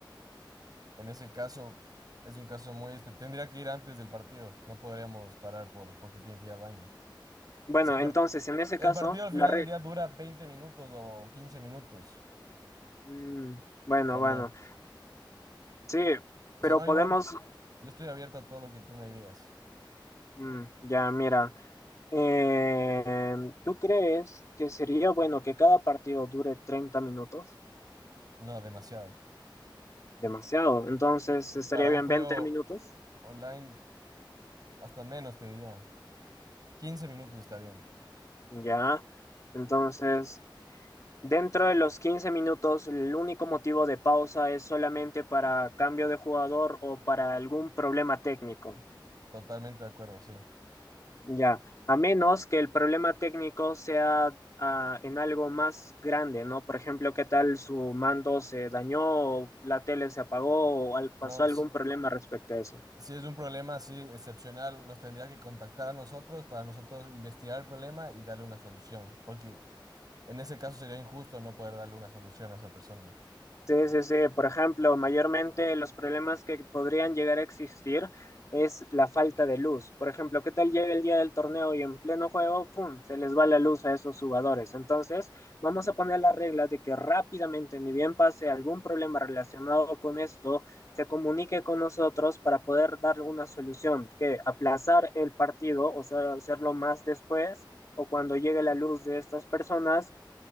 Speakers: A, on the right (about 50°); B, on the left (about 40°).
A: En ese caso, es un caso muy... espe- Tendría que ir antes del partido. No podríamos parar por, porque tiene que ir al baño.
B: Bueno,
A: Si el part-
B: entonces, en ese
A: el
B: caso,
A: partido al
B: la
A: final
B: re...
A: del día dura 20 minutos o 15 minutos,
B: Mm, bueno,
A: o
B: bueno.
A: no.
B: Sí,
A: O
B: pero
A: sea, no
B: podemos,
A: igual. Yo estoy abierto a todo lo que tú me digas.
B: mm, ya mira, eh, ¿tú crees que sería bueno que cada partido dure 30 minutos?
A: No, demasiado.
B: Demasiado, entonces estaría
A: Para
B: bien
A: un juego
B: 20 minutos,
A: online, hasta menos te diría. quince minutos está bien.
B: ya. Entonces, dentro de los 15 minutos, el único motivo de pausa es solamente para cambio de jugador o para algún problema técnico.
A: Totalmente de acuerdo, sí.
B: Ya, a menos que el problema técnico sea ah, en algo más grande, ¿no? Por ejemplo, ¿qué tal su mando se dañó o la tele se apagó o al- pasó
A: No,
B: algún
A: si,
B: problema respecto a eso?
A: si es un problema así excepcional, nos tendría que contactar a nosotros para nosotros investigar el problema y darle una solución. Porque En ese caso sería injusto no poder darle una solución a esa persona.
B: Sí, sí, sí. Por ejemplo, mayormente los problemas que podrían llegar a existir es la falta de luz. Por ejemplo, ¿qué tal llega el día del torneo y en pleno juego, ¡pum!, se les va la luz a esos jugadores. Entonces, vamos a poner la regla de que rápidamente, ni bien pase algún problema relacionado con esto, se comunique con nosotros para poder dar una solución, que aplazar el partido, o sea, hacerlo más después o cuando llegue la luz de estas personas,